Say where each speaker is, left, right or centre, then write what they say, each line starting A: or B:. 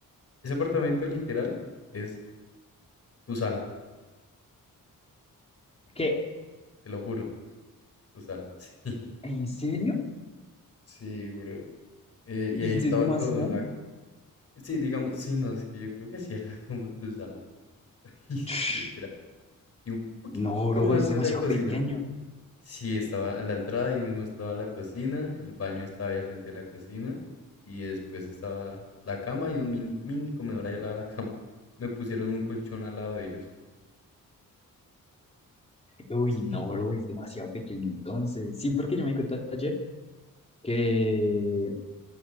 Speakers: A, on the left; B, on the left.
A: ese apartamento literal es tu sala,
B: ¿Qué?
A: te lo juro, tu sala. <laughs>
B: ¿En serio?
A: Sí, sí, bro. Eh, y
B: ¿Y
A: ahí
B: entonces
A: estaba
B: cómo
A: todo
B: hacían?
A: la... Sí, digamos, sí, no, es que yo creo que sí era <laughs> como tu sala. <laughs> Y sí,
B: <sniffs>
A: es que era... Y un poquitico
B: No, bro,
A: más
B: es
A: de
B: demasiado
A: la cocina.
B: pequeño.
A: Sí, estaba en la entrada, ahí mismo estaba la cocina, el baño estaba ahí al frente de la cocina, y después estaba la cama y un mini, mini comedor ahí al lado de la cama. Me pusieron un colchón al lado de ellos. <laughs>
B: Uy, no, bro, es demasiado pequeño. Entonces, sí, porque yo me di cuenta ayer que,